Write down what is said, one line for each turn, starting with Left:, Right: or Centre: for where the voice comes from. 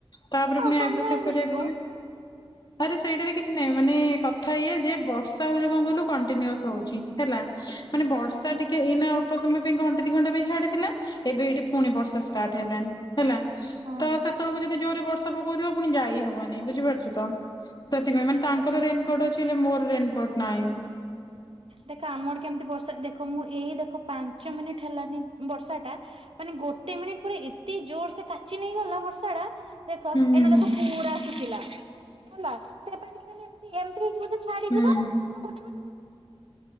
Left: ତାପରେ
Right: ହଁ
Left: ପୁଣି
Right: ସନ୍ଧ୍ୟାବେଳକୁ
Left: ଆଇବ୍ରୋ ସେଭ୍ କରିବାକୁ
Right: ଯିବ।
Left: ଯିବି। ଆରେ ସେଇଟାରେ କିଛି ନାହିଁ ମାନେ କଥା ଇଏ ଯେ ବର୍ଷା ହଉଛି କଣ କହିଲୁ କଣ୍ଟିନିଅସ ହଉଛି ହେଲା। ମାନେ ବର୍ଷା
Right: ହଁ
Left: ଟିକେ ଏଇନା ଉପସମ ପାଇଁ ଘଣ୍ଟା ଦି ଘଣ୍ଟା ପାଇଁ ଛାଡିଥିଲା ଏବେ ଏଇଠି ପୁଣି ବର୍ଷା ଷ୍ଟାର୍ଟ ହେଲାଣି ହେଲା। ତ
Right: ହଁ।
Left: ସେତେବେଳକୁ ଯଦି ଜୋରେ ବର୍ଷା ପକଉଥିବ ପୁଣି ଯାଇ ହବନି ବୁଝିପାରୁଛ ତ। ସେଥିପାଇଁ ମାନେ ତାଙ୍କର ରେନକୋଟ୍ ଅଛି ବୋଲି ମୋର ରେନକୋଟ୍ ନାହିଁ।
Right: ଦେଖ ଆମର କେମିତି ବର୍ଷା ଦେଖ ମୁଁ ଏଇ ଦେଖ ପାଞ୍ଚ ମିନିଟ ହେଲାନି ବର୍ଷା ଟା। ମାନେ ଗୋଟେ ମିନିଟ ପୁରା ଏତେ ଜୋର ସେ କାଚି ନେଇଗଲା ବର୍ଷା ଟା ଦେଖ
Left: ହୁଁ ହୁଁ
Right: ଏଇନା ଦେଖ
Left: ହୁଁ।
Right: ପୁରା ଶୁଚିଲା ହେଲା ସେଇଥିପାଇଁ ମୁଁ କହିଲି ଏମିତି ଏମିତି ହେଇ ଛାଡିିବ
Left: ହୁଁ
Right: ଗୋଟେ ମୁଁ